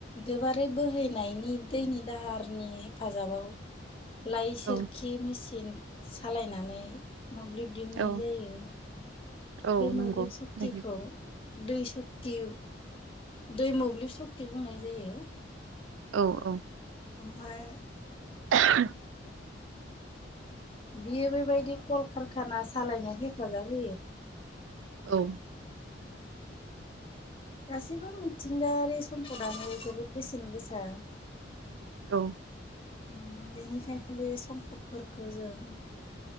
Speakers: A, on the left; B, on the right.
A: गोबारै बोहैनायनि दैनि दाहारनि हेफाजाबाव लाइ सोरखि
B: औ
A: मेचिन सालायनानै मोब्लिब दिहुननाय
B: औ
A: जायो।
B: औ
A: बे मोब्लिब
B: नंगौ थारैनो
A: सक्तिखौ दै सक्ति दै मोब्लिब सक्ति बुंनाय जायो।
B: औ औ
A: ओमफाय
B: <unintelligible>
A: <inaudible> बियो बेबायदि कलकारखाना सालायनायाव हेफाजाब होयो।
B: औ
A: गासैबो मिथिंगायारि सम्पदानो जोबोद बेसेन गोसा
B: औ
A: उम बिनिखायनो बे सम्फदफोरखौ जों